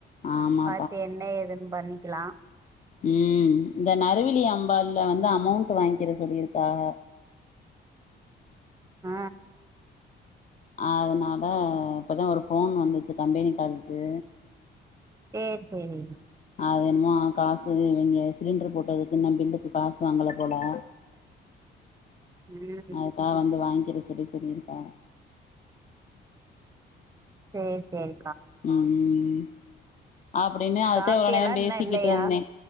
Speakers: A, on the left (about 40°); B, on the right (about 15°).
A: ஆமா
B: பாத்து என்ன ஏதுன்னு பண்ணிக்கலா
A: உம் இந்த நறுவிழி அம்பால்ல வந்து அமௌண்ட் வாங்கிற சொல்லியிருக்காக
B: ஆ
A: அதனால இப்பதா ஒரு ஃபோன் வந்துச்சு கம்பெனி காலுக்கு
B: சேரி சேரி
A: அது என்னமோ காசு இவிங்க சிலிண்ட்ரு போட்டதுக்கு இன்னு பில்லுக்கு காசு வாங்கல போல
B: ம்
A: அதுக்காக வந்து வாங்கிக்கிற சொல்லி சொல்லிருக்காக
B: சேரி சேரி
A: ம் ம் அப்டின்னு அததே
B: சாப்ட்டியல்லா
A: இவ்ளோ நேரோ பேசிக்கிட்டுருந்தே
B: இன்னு இல்லையா